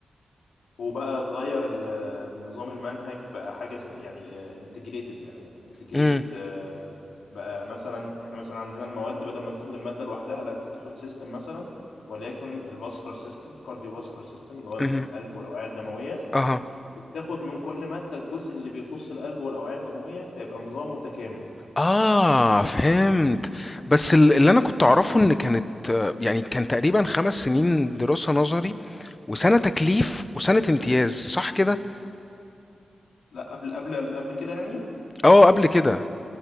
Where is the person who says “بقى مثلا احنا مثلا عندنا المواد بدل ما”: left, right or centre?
Left